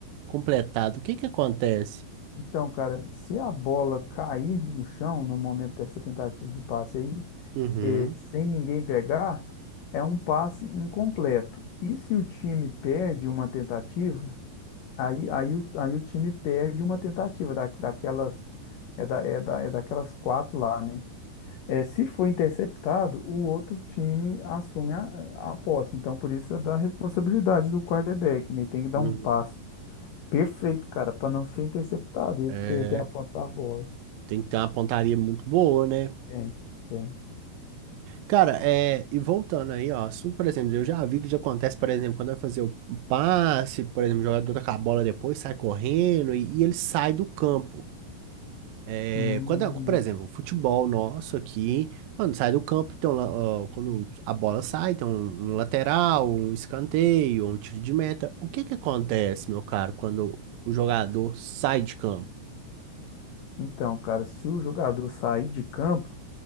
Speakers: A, on the right; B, on the left.
A: completado, o que que acontece?
B: Então, cara, se a bola cair no chão no momento dessa tentativa de passe aí,
A: Uhum,
B: eh, sem ninguém pegar, é um passe incompleto. E se o time perde uma tentativa, aí, aí, o, aí o time perde uma tentativa da, daquelas, é, da, é, da, é daquelas quatro lá, né? Eh, se for interceptado, o outro time assume a, a posse. Então, por isso é da responsabilidade do quarterback, né? Tem que dar
A: uhum.
B: um passe perfeito, cara, para não ser interceptado e eles
A: É,
B: perderem a posse da bola.
A: tem que ter uma pontaria muito boa, né?
B: Tem, tem.
A: Cara, é, e voltando aí, ó, assunto, por exemplo, eu já vi que já acontece, por exemplo, quando vai fazer o o passe, por exemplo, o jogador tá com a bola depois, sai correndo e, e ele sai do campo. É,
B: Hum,
A: quando, é, por exemplo, o futebol nosso aqui, quando sai do campo, tem um la- ó, quando a bola sai, tem um, um lateral, um escanteio, um tiro de meta. O que que acontece, meu caro, quando o jogador sai de campo?
B: então, cara, se o jogador sair de campo,